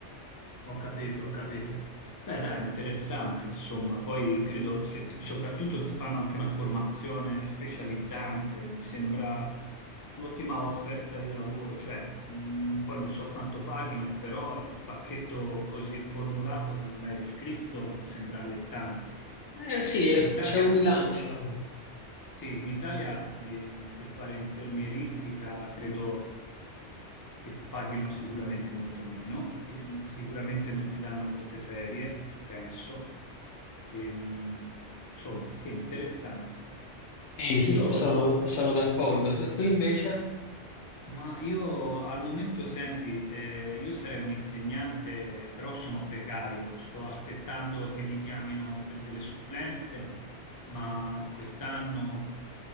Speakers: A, on the left (about 30°); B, on the left (about 70°).
A: Ho capito, ho capito. Beh, dai, interessante, insomma. Poi credo, se ti- soprattutto ti fanno anche una formazione specializzante, mi sembra un'ottima offerta di lavoro, cioè, mh, poi non so quanto paghino, però il pacchetto così formulato come me l'hai descritto mi sembra allettante.
B: Eh sì, eh,
A: In Italia,
B: c'è un bilancio.
A: sì, in Italia, eh, per fare infermieristica, credo che paghino sicuramente molto meno e mh, sicuramente non ti danno queste ferie, penso. E, mh, insomma, sì, è interessante.
B: Sì, s-
A: Io
B: s-
A: ho
B: sono,
A: lavo-
B: sono d'accordo. Tu tu invece?
A: ma io al momento, senti, eh, io sarei un insegnante, però sono precario, sto aspettando che mi chiamino per delle supplenze, ma quest'anno